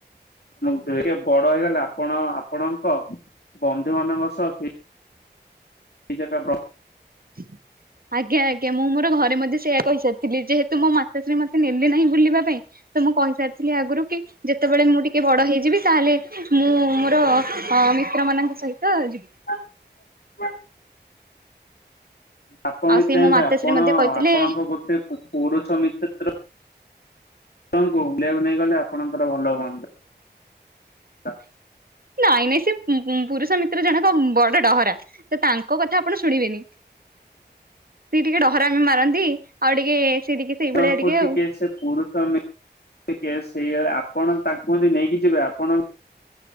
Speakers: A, on the left; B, on the right.
A: ଟେ ବଡ ହେଇଗଲେ ଆପଣ ଆପଣଙ୍କ ବନ୍ଧୁ ମାନଙ୍କ ସହ ସେ ଏଟା ପ୍ର୍ <inaudible>
B: ହ <inaudible> ଆଜ୍ଞା ଆଜ୍ଞା ମୁଁ ମୋର ଘରେ ମଧ୍ୟ ସେଇଆ କହିସାରିଥିଲି ଯେହେତୁ ମୋ ମାତାଶ୍ରୀ ମତେ ନେଲେ ନାହିଁ ବୁଲିବା ପାଇଁ ତ ମୁଁ କହିସାରିଥିଲି ଆଗରୁ କି ଯେତେବେଳେ ମୁଁ ଟିକେ ବଡ ହେଇଯିବି ତାହେଲେ ମୁଁ ମୋର ମିତ୍ର ମାନଙ୍କ ସହିତ ଯିବି।
A: ହଁ ଆପଣ
B: ଆଉ ସେ
A: ଚାହିଁବେ
B: ମୋ ମାତାଶ୍ରୀ
A: ଆପଣ
B: ମଧ୍ୟ କହିଥିଲେ
A: ଆପଣଙ୍କ ଗୋଟେ ପୁ ପୁରୁଷ ମିତ୍ର ସହ ଆପଣଙ୍କୁ ବୁଲେଇବାକୁ ନେଇ ଗଲେ ଆପଣଙ୍କର ଭଲ ହୁଅନ୍ତା।
B: ନାଇଁ ନାଇଁ ସେ ପୁ ପୁ ପୁରୁଷ ମିତ୍ର ଜଣକ ବଡ ଡହରା ତ ତାଙ୍କ କଥା ଆପଣ ଶୁଣିବେନି।
A: <inaudible>
B: ସିଏ ଟିକେ ଡହରାମି ମାରନ୍ତି ଆଉ ଟିକେ ସେ ଟିକେ ସେଇଭଳିଆ
A: କଣକୁ ଟିକେ
B: ଆଉ।
A: ସେ ପୁରୁଷ ମିତ୍ର କେସ ହେଇଗଲେ ଆପଣ ତାଙ୍କୁ ଯଦି ନେଇକି ଯିବେ ଆପଣ